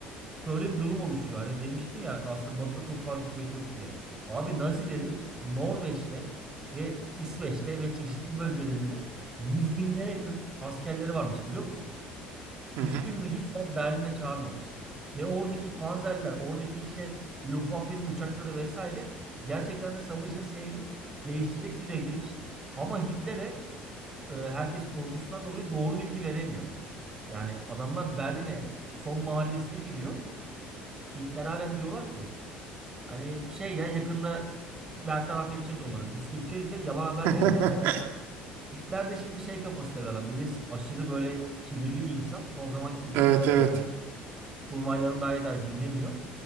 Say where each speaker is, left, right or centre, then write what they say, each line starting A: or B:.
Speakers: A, on the right; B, on the right.
A: Böyle bir durum oluşuyor. Hani demiştin ya aslında Batı'da çok fazla kuvvet yok diye. Abi Nazilerin Norveç'te ve İsveç'te ve çeşitli bölgelerinde yüz binlere yakın askerleri varmış biliyor musun?
B: Hı
A: Hiçbirini
B: hı.
A: Hitler Berlin'e çağırmamış. Ve oradaki panzerler, oradaki işte Luftwaffe'nin uçakları vesaire gerçekten de savaşın seyrini değiştirecek düzeydeymiş. Ama Hitler'e e, herkes korkusundan dolayı doğru bilgi veremiyor. Yani adamlar Berlin'e son mahallesine giriyor. Hitler halen diyorlar ki hani şey ya yakında bertaraf edeceğiz onları, püskürteceğiz diye yalan haber
B: <laughs>
A: veriyorlar. Hitler de şimdi şey kafasında bir adam bilirsin. Aşırı böyle kibirli bir insan. Son zaman kibre
B: Evet evet.
A: kapıldı. kurmaylarını dahi dahi dinlemiyor.